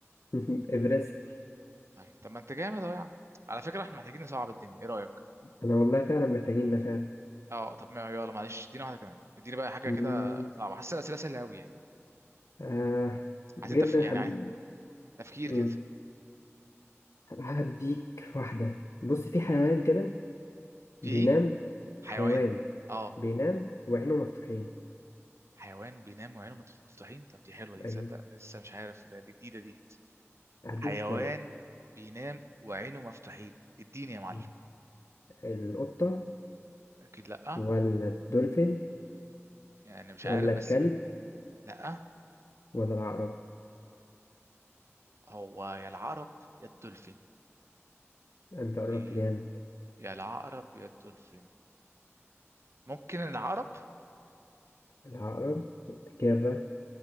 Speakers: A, on the left; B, on the right.
A: <laughs> ايفرست
B: طيب طب ما انت جامد اهو يا عم على فكره احنا محتاجين نصعب الدنيا ايه رايك
A: انا والله فعلا محتاجين ده فعلا
B: اه طب ما يلا معلش ادينا واحده كمان اديني بقى حاجه
A: مم،
B: كده صعبه حاسس الاسئله سهله قوي يعني
A: آه جدا
B: عايزين تف... يعني
A: حب...
B: عايز- تفكير
A: مم،
B: كده
A: هديك واحدة بص في حيوان كده
B: في
A: بينام
B: ايه حيوان
A: حيوان
B: اه
A: بينام وعينه مفتوحين
B: حيوان وبينام وعينه متف- مفتوحين طب دي حلوه دي تصدق
A: ايوه
B: لسه مش عارف ده دي جديده دي
A: هديك
B: حيوان
A: اختيارات
B: بينام وعينه مفتوحين اديني يا معلم
A: مم. القطة
B: اكيد لا
A: ولا الدولفين
B: يعني مش
A: ولا
B: عارف بس
A: الكلب
B: من لا
A: ولا العقرب
B: هو يا العقرب يا الدولفين
A: انت قربت
B: إيه.
A: جامد
B: يا العقرب يا الدولفين ممكن العقرب
A: العقرب إجابة